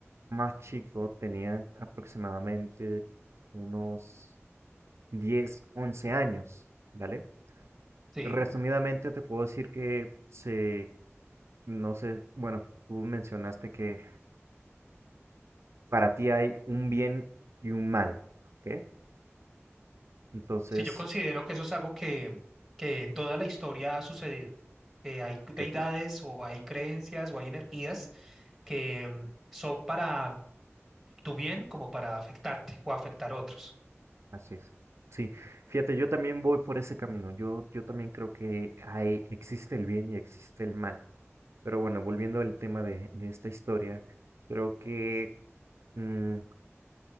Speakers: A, on the right; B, in the centre.
A: más chico, tenía aproximadamente unos 10, 11 años, ¿vale?
B: Sí,
A: Resumidamente te puedo decir que se, no sé, bueno, tú mencionaste que para ti hay un bien y un mal, ¿ok? Entonces,
B: sí, yo considero que eso es algo que, que en toda la historia ha sucedido, que hay
A: ok,
B: deidades o hay creencias o hay energías que mm, son para tu bien como para afectarte o afectar a otros.
A: así es. Sí, fíjate, yo también voy por ese camino. Yo, yo también creo que hay, existe el bien y existe el mal. Pero bueno, volviendo al tema de, de esta historia, creo que mm,